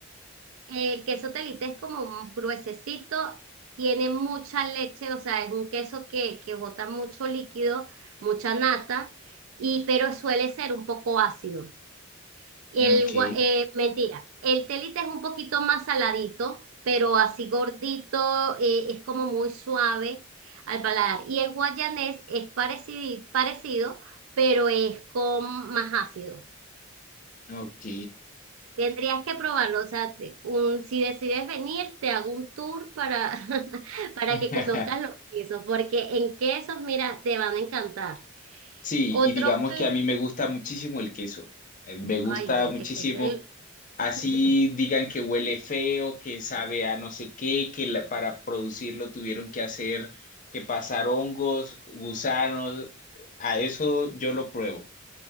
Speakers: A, on the right; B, on the left.
A: el queso telita es como un gruesecito, tiene mucha leche, o sea, es un queso que, que bota mucho líquido, mucha nata, y pero suele ser un poco ácido. El,
B: Ok,
A: gua- eh, mentira, el telita es un poquito más saladito, pero así gordito, eh, es como muy suave al paladar. Y el guayanés es parecido, parecido, pero es con más ácido.
B: ok.
A: Tendrías que probarlo, o sea, te- un, si decides venir, te hago un tour para, <laughs> para
B: <laughs>
A: que conozcas los quesos, porque en quesos, mira, te van a encantar.
B: Sí,
A: Otro,
B: y digamos
A: pl-
B: que a mí me gusta muchísimo el queso. Eh, Me gusta
A: ay, bueno,
B: muchísimo.
A: es que es el...
B: Así
A: <laughs>
B: digan que huele feo, que sabe a no sé qué, que la- para producirlo tuvieron que hacer, que pasar hongos, gusanos. A eso yo lo pruebo.